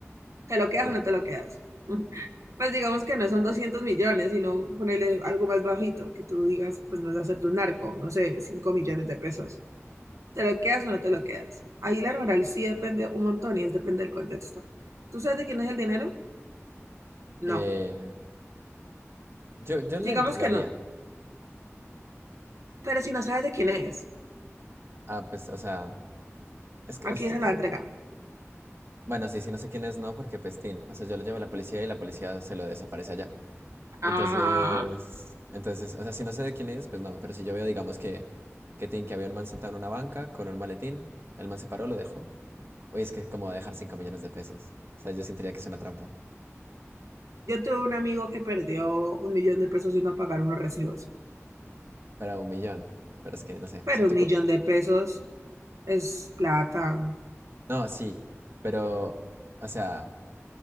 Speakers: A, on the right; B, on the right.
A: ¿Te lo quedas
B: sí.
A: o no te lo quedas? <laughs> Pues digamos que no son 200 millones, sino ponerle algo más bajito, que tú digas, pues no es hacer de un narco, no sé, 5 millones de pesos. ¿Te lo quedas o no te lo quedas? Ahí la moral sí depende un montón y es depende del contexto. ¿Tú sabes de quién es el dinero? No.
B: Eh, yo, yo lo
A: Digamos
B: entregaría.
A: que no. Pero si no sabes de quién es,
B: Ah, pues, o sea, es que,
A: ¿a
B: es-
A: quién se lo va a entregar?
B: bueno, sí, sí, no sé quién es, no, porque pestín. O sea, yo lo llevo a la policía y la policía se lo desaparece allá.
A: Ajá.
B: Entonces, entonces, o sea, si no sé de quién es, pues no, pero si yo veo, digamos que, que, tin, que había un man sentado en una banca con un maletín, el man se paró, lo dejó. Oye, es que como va a dejar 5 millones de pesos. O sea, yo sentiría que es una trampa.
A: Yo tuve un amigo que perdió un millón de pesos y no pagaron los recibos.
B: Para un millón. Pero es que, no sé,
A: Pero
B: o sea, tú...
A: un millón
B: co-
A: de pesos es plata.
B: No, sí, pero, o sea...